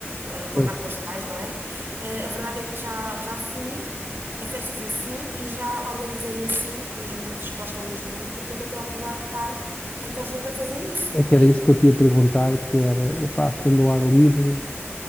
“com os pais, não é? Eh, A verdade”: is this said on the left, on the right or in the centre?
Right